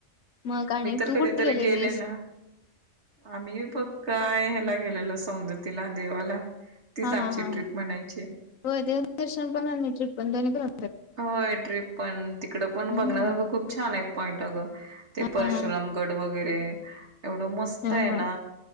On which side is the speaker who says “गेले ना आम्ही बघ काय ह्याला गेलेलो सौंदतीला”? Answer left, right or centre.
Right